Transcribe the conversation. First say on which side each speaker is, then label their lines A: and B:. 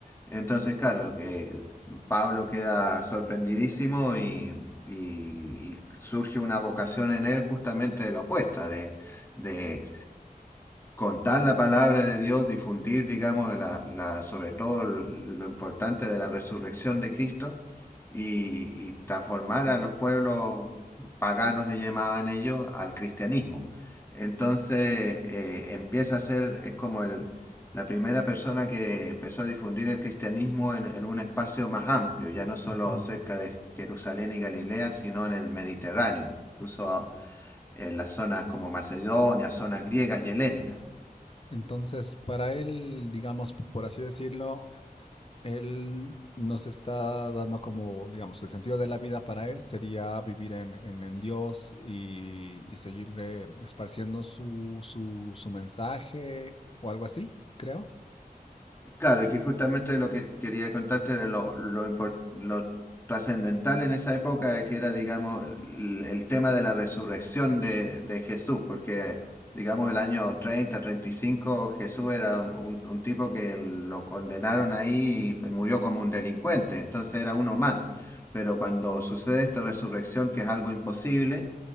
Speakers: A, on the left; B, on the left.
A: Entonces, claro, que Pablo queda sorprendidísimo y, y- y surge una vocación en él justamente de la opuesta, de, de contar la palabra de Dios, difundir, digamos, la, la- sobre todo lo importante de la resurrección de Cristo y, y transformar a los pueblos paganos, le llamaban ellos, al cristianismo. Entonces eh, empieza a ser, es como el, la primera persona que empezó a difundir el cristianismo en, en un espacio más amplio, ya no solo
B: Ujú.
A: cerca de Jerusalén y Galilea, sino en el Mediterráneo, incluso en las zonas como Macedonia, zonas griegas y helénicas.
B: Entonces, para él, digamos, por así decirlo, Él nos está dando como, digamos, el sentido de la vida para él sería vivir en, en- en Dios y, y seguir eh, esparciendo su, su, su mensaje o algo así, creo.
A: Claro, y que justamente lo que quería contarte era lo, lo, impor- lo trascendental en esa época, eh, que era, digamos, el, el tema de la resurrección de, de Jesús, porque, digamos, el año treinta treinta y cinco Jesús era un, un- un tipo que lo condenaron ahí y murió como un delincuente, entonces era uno más. Pero cuando sucede esta resurrección, que es algo imposible,